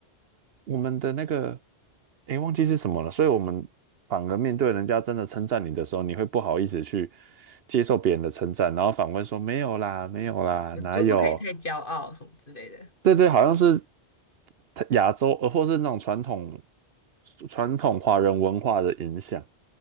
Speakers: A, on the right (about 65°); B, on the left (about 50°).
A: 我们的那个，诶，忘记是什么了，所以我们反而面对人家真的称赞你的时候，你会不好意思去接受别人的称赞，然后反问说没有啦，没有啦，
B: 我就不可以太骄傲什么之类的。
A: 哪有？对对，好像是它亚洲，呃，或是那种传统传统华人文化的影响，